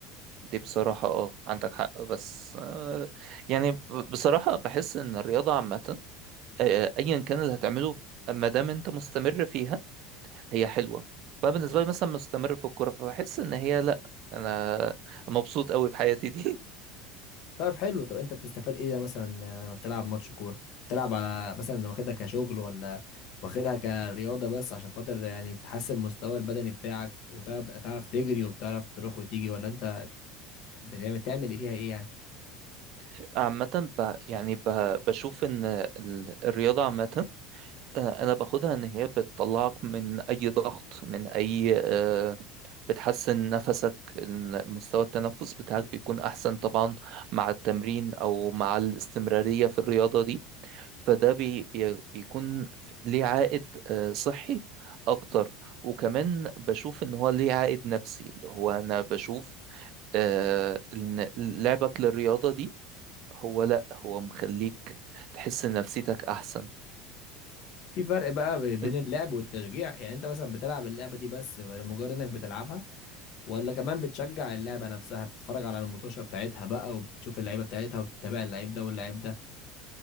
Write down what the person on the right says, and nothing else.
دي بصراحة اه عندك حق بس آه، يعني ب- بصراحة بحس إن الرياضة عامة آه، آه، أيا كان اللي هتعمله ما دام أنت مستمر فيها هي حلوه فبالنسبه لي مثلا مستمر في الكوره فبحس ان هي لا انا مبسوط قوي بحياتي دي
<laughs> عامه ب... يعني ب... بشوف ان ال- الرياضه عامه آه، انا باخدها ان هي بتطلعك من اي ضغط من اي آه، بتحسن نفسك ال- مستوى التنفس بتاعك بيكون احسن طبعا مع التمرين او مع الاستمراريه في الرياضه دي فده بي بي بيكون ليه عائد آه، صحي اكتر وكمان بشوف ان هو ليه عائد نفسي اللي هو انا بشوف آه، ان لعبك للرياضة دي هو لا هو مخليك تحس ان نفسيتك احسن
إن-